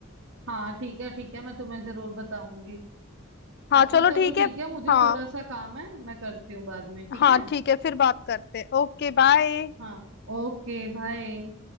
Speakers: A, on the right; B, on the left.
A: हाँ ठीक है ठीक है मैं तुम्हें जरूर बताऊंगी
B: हाँ
A: अच्छा
B: चलो
A: चलो
B: ठीक है
A: ठीक है मुझे
B: हाँ
A: थोड़ा सा काम है मैं करती हूँ बाद में ठीक
B: हाँ
A: है
B: ठीक है फिर बात करते हैं ओके बाय
A: हाँ ओके बाय